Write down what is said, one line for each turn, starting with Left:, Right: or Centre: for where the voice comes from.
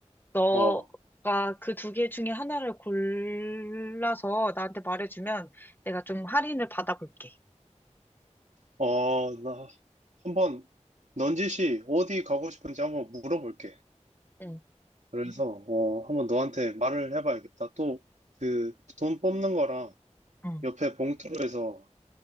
Left: 너가
Right: 어,
Left: 그 두 개 중에 하나를 골라서 나한테 말해주면 내가 좀 할인을 받아볼게.
Right: 어, 나 한번 넌지시 어디 가고 싶은지 한번 물어볼게.
Left: 응.
Right: 그래서 어 한번 너한테 말을 해봐야겠다. 또 그 돈 뽑는 거랑
Left: 응.
Right: 옆에 봉투로 해서